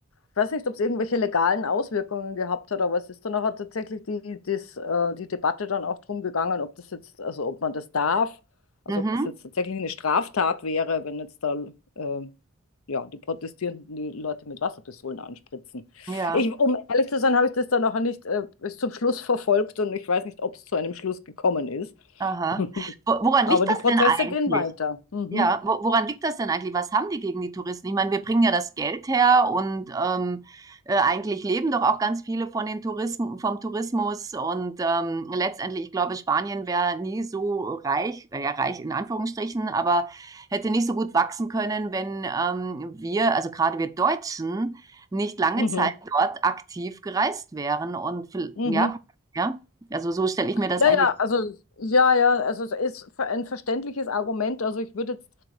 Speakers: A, on the left (about 85°); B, on the right (about 15°).
A: ich weiß nicht, ob es irgendwelche legalen Auswirkungen gehabt hat, aber es ist dann auch tatsächlich die, das, äh, die Debatte dann auch drum gegangen, ob das jetzt, also ob man das darf, also
B: Mhm.
A: ob das jetzt tatsächlich eine Straftat wäre, wenn jetzt da äh, ja, die Protestierenden die Leute mit Wasserpistolen anspritzen.
B: Ja,
A: Ich, um ehrlich zu sein, habe ich das dann auch nicht äh, bis zum Schluss <laughs> verfolgt und ich weiß nicht, ob es zu einem Schluss gekommen ist.
B: aha.
A: <laughs>
B: Wo, woran
A: Aber
B: liegt
A: die
B: das
A: Proteste
B: denn eigentlich?
A: gehen weiter. Mhm.
B: Ja, wo, woran liegt das denn eigentlich? Was haben die gegen die Touristen? Ich meine, wir bringen ja das Geld her und ähm, äh, eigentlich leben doch auch ganz viele von den Touristen, vom Tourismus. Und ähm, letztendlich, ich glaube, Spanien wäre nie so reich, äh, ja, reich in Anführungsstrichen, aber hätte nicht so gut wachsen können, wenn ähm, wir, also gerade wir Deutschen, nicht lange
A: Mhm.
B: Zeit dort aktiv gereist wären. Und vi-
A: Mhm.
B: ja, ja, also so stelle ich mir das
A: Ja,
B: eigentlich.
A: ja, also ja, ja, also es ist ver- ein verständliches Argument. Also ich würde jetzt